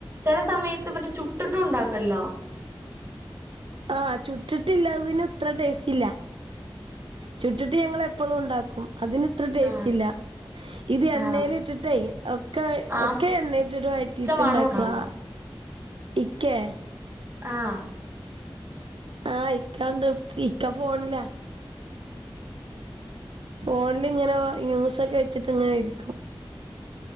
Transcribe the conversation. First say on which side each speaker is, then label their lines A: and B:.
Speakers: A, on the right (about 25°); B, on the right (about 85°).
A: ചെല സമയത്ത് മറ്റേ ചുട്ടിട്ടും ഉണ്ടാക്കല്ലോ
B: ആഹ് ചുട്ടിട്ടില്ലാതിന് ഇത്ര ടേസ്റ്റ് ഇല്ല ചുട്ടിട്ട് ഞങ്ങളെപ്പഴും ഉണ്ടാക്കും അതിന് ഇത്ര ടേസ്റ്റ്
A: ആ
B: ഇല്ല ഇത്
A: ആ
B: എണ്ണേൽ ഇട്ടിട്ടേ ഒക്കെ
A: ആ
B: ഒക്കെ എണ്ണയിലിട്ടിട്ട് വയറ്റിയിട്ട
A: പച്ച മണം
B: ഇണ്ടാക്കണതാ
A: ഉണ്ടാവും
B: ഇക്കേ
A: ആഹ്
B: ആഹ് ഇക്കാണ്ട് ഇക്ക ഫോണില ഫോണിൽ ഇങ്ങനെ ന്യൂസൊക്കെ വെച്ചിട്ട് ഇങ്ങനെ ഇരിക്കും